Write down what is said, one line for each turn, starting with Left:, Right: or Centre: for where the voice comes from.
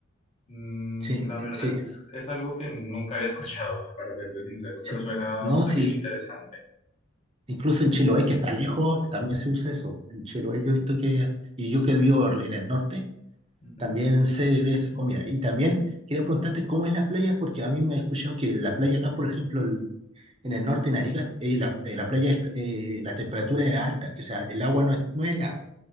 Left: Mm,
Right: Sí,
Left: la
Right: eh,
Left: verdad
Right: sí,
Left: es, es algo que nunca había escuchado, <laughs> para serte sincero,
Right: sí.
Left: pero suena
Right: No,
Left: también
Right: sí.
Left: interesante.
Right: Incluso en Chiloé, que está lejos, también se usa eso. En Chiloé yo he visto que, y yo que vivo en el norte,
Left: Ujú.
Right: también sé de esa comida. Y también quería preguntarte cómo es la playa, porque a mí me he escuchado que la playa acá, por ejemplo, el- en el norte, en Arica, eh, la, eh, la playa, es, eh, la temperatura es alta, que sea, el agua no es, no es helada